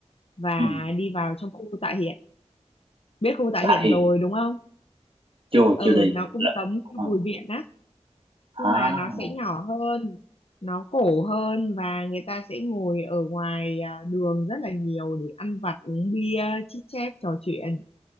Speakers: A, on the left; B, on the right.
A: và
B: Ừ.
A: đi vào trong khu Tạ Hiện biết khu Tạ Hiện
B: Bà Hiền
A: rồi đúng không
B: chưa
A: ừ
B: chưa đi
A: nó
B: là
A: cũng giống như
B: ờ,
A: Bùi Viện á nhưng
B: à,
A: mà nó sẽ nhỏ hơn nó cổ hơn và người ta sẽ ngồi ở ngoài à, đường rất là nhiều để ăn vặt uống bia chit chat trò chuyện